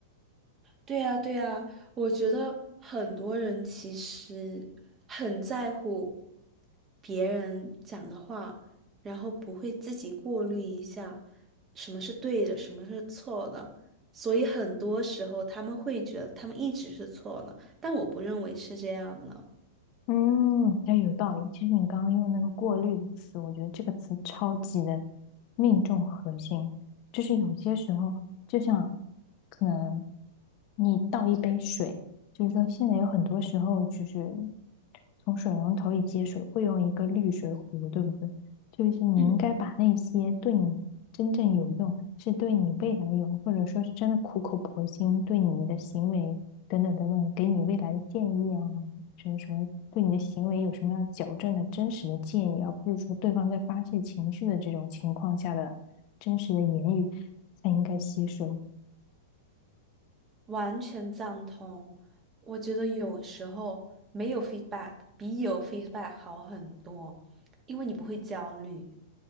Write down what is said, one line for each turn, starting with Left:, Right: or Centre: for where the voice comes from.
Right: 对呀，对呀，我觉得很多人其实很在乎别人讲的话，然后不会自己过滤一下什么是对的，什么是错的，所以很多时候他们会觉得他们一直是错的，但我不认为是这样的。
Left: 嗯，哎，有道理。其实你刚刚用那个“过滤”的词，我觉得这个词超级的命中核心。就是有些时候，就像可能你倒一杯水，就是说现在有很多时候就是从水龙头里接水，会用一个滤水壶，对不对？就是你应该把那些对你真正有用，
Right: 嗯，
Left: 是对你未来有，或者说是真的苦口婆心对你的行为等等等等，给你未来的建议啊。什么什么对你的行为有什么样矫正的真实的建议，而不是说对方在发泄情绪的这种情况下的真实的言语才应该吸收。
Right: 完全赞同，我觉得有时候没有 feedback 比有 feedback 好很多，因为你不会焦虑。